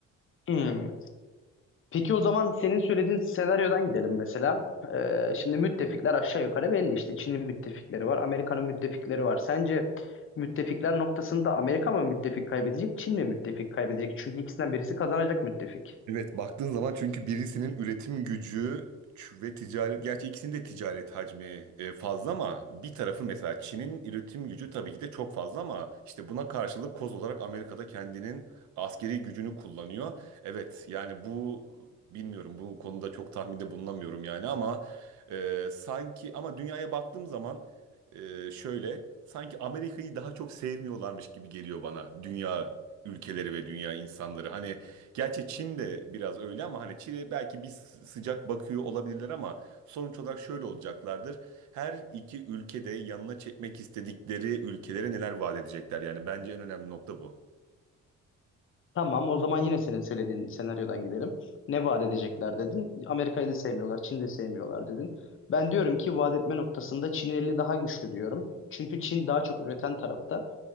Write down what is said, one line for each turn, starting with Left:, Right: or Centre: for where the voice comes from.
Left: Hmm. Peki o zaman senin söylediğin senaryodan gidelim mesela. Ee, şimdi müttefikler aşağı yukarı belli işte. Çin'in müttefikleri var, Amerika'nın müttefikleri var. Sence müttefikler noktasında Amerika mı müttefik kaybedecek, Çin mi müttefik kaybedecek? Çünkü ikisinden birisi kazanacak müttefik.
Right: Evet baktığın zaman çünkü birisinin üretim gücü ç- ve ticaret gerçi ikisinin de ticaret hacmi e, fazla ama bir tarafı mesela Çin'in üretim gücü tabii ki de çok fazla ama işte buna karşılık koz olarak Amerika'da kendinin askeri gücünü kullanıyor. Evet yani bu bilmiyorum bu konuda çok tahminde bulunamıyorum yani ama e, sanki ama dünyaya baktığım zaman e, şöyle sanki Amerika'yı daha çok sevmiyorlarmış gibi geliyor bana dünya ülkeleri ve dünya insanları. Hani gerçi Çin de biraz öyle ama hani Çin'e belki bir sı- sıcak bakıyor olabilirler ama sonuç olarak şöyle olacaklardır. Her iki ülkede yanına çekmek istedikleri ülkelere neler vaat edecekler. Yani bence en önemli nokta bu.
Left: Tamam, o zaman yine senin söylediğin senaryodan gidelim. Ne vaat edecekler dedin. Amerika'yı da sevmiyorlar, Çin'i de sevmiyorlar dedin. Ben diyorum ki vaat etme noktasında Çin eli daha güçlü diyorum. Çünkü Çin daha çok üreten tarafta.